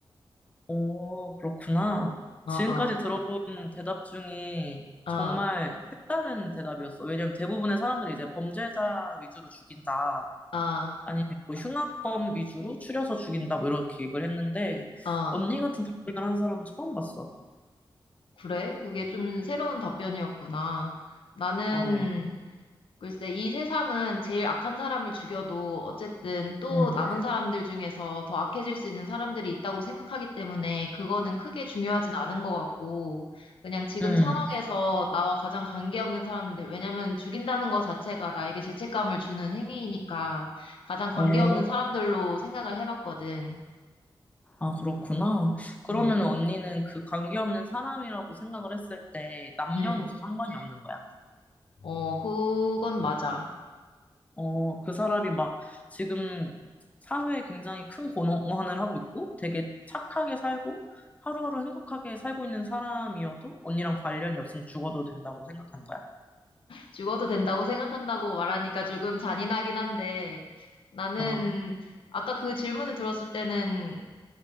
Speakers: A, on the left; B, on the left.
A: 오, 그렇구나.
B: 어,
A: 지금까지
B: 어,
A: 들어본 대답 중에
B: 어,
A: 정말 색다른 대답이었어. 왜냐면 대부분의 사람들이 이제 범죄자 위주로 죽인다.
B: 어,
A: 아니면 뭐 흉악범 위주로 추려서 죽인다 뭐 이렇게 얘기를 했는데
B: 어.
A: 언니 같은 답변을 한 사람은 처음 봤어.
B: 그래? 그게 좀 새로운 답변이었구나. 나는
A: 어.
B: 글쎄, 이 세상은 제일 악한 사람을 죽여도 어쨌든 또
A: 음.
B: 남은 사람들 중에서 더 악해질 수 있는 사람들이 있다고 생각하기 때문에 그거는 크게 중요하진 않은 것 같고, 그냥 지금
A: 음.
B: 상황에서 나와 가장 관계없는 사람들, 왜냐면 죽인다는 것 자체가 나에게 죄책감을 주는 행위이니까 가장 관계없는
A: 어.
B: 사람들로 생각을 해봤거든.
A: 아, 그렇구나. 그러면
B: 음,
A: 언니는 그 관계없는 사람이라고 생각을 했을 때 남녀노소
B: 음.
A: 상관이 없는 거야?
B: 어, 그건 맞아.
A: 어, 그 사람이 막 지금 사회에 굉장히 큰 공헌을 하고 있고 되게 착하게 살고 하루하루 행복하게 살고 있는 사람이어도 언니랑 관련이 없으면 죽어도 된다고 생각하는 거야?
B: 죽어도 된다고 생각한다고 말하니까 조금 잔인하긴 한데 나는
A: 어.
B: 아까 그 질문을 들었을 때는